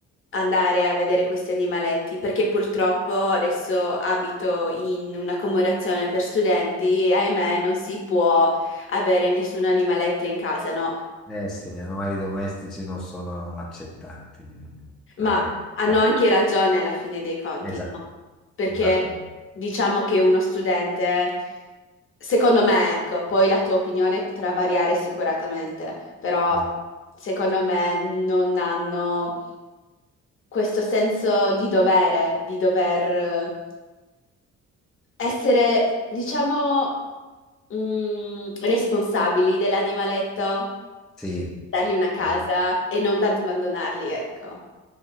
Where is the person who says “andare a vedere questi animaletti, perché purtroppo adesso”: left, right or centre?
Left